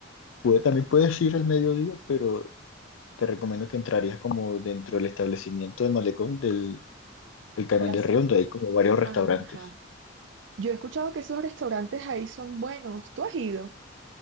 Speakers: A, on the left; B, on the right.
A: Puede, también puedes ir al mediodía, pero te recomiendo que entrarías como dentro del establecimiento de Malecón del, del Canal
B: A Las...
A: de Río, donde hay como varios restaurantes.
B: Ajá. Yo he escuchado que esos restaurantes ahí son buenos, ¿tú has ido?